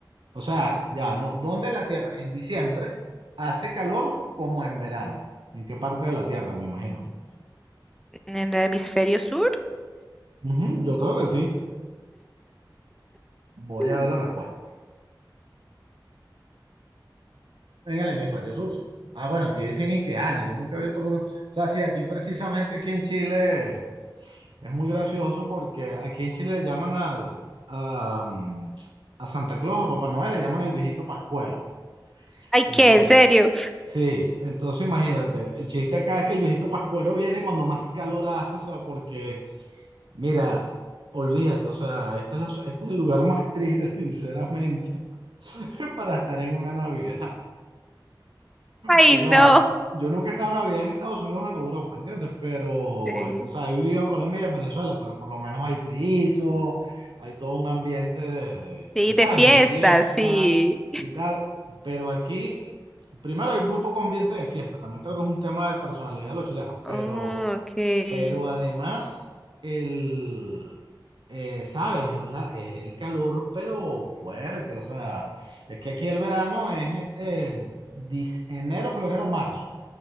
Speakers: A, on the right; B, in the centre.
A: O sea, ya, no, ¿dónde en la Tierra en diciembre hace calor como en verano? ¿En qué parte de la Tierra, me imagino, no?
B: en el hemisferio sur?
A: Ujú, yo creo que sí. Voy
B: Mm.
A: a ver la respuesta. mano. En el hemisferio sur, sí. Ah, bueno, aquí decían Iqueana, yo nunca vi el uno. O sea, sí, aquí precisamente aquí en Chile Es muy gracioso porque aquí en Chile le llaman al, a, mm, a Santa Claus, a Papá Noel, le llaman el viejito Pascuero.
B: Ay,
A: Entonces,
B: ¿qué? ¿En serio?
A: sí, entonces imagínate, el chiste acá es que el viejito Pascuero viene cuando más calor hace, o sea, porque, mira, olvídate, o sea, esta es la, so, este es el lugar más triste, <laughs> sinceramente, para estar en una Navidad.
B: Ay,
A: O sea,
B: no.
A: yo nunca he estado en Navidad en Estados Unidos o en Europa, ¿entiendes? Pero,
B: Sí.
A: esto, o sea, he vivido en Colombia y en Venezuela, pero por lo menos hay frito, hay todo un ambiente de, de-
B: Sí,
A: de, ¿sabes?
B: de fiesta,
A: De fiesta
B: sí.
A: y tal. Pero aquí, primero hay muy poco ambiente de fiesta, también creo que es un tema de personalidad de los chilenos, pero...
B: Oh, ok.
A: Pero además, el, eh, sabes, es la- es el calor, pero fuerte. O sea, es que aquí el verano es eh, dis- enero, febrero, marzo.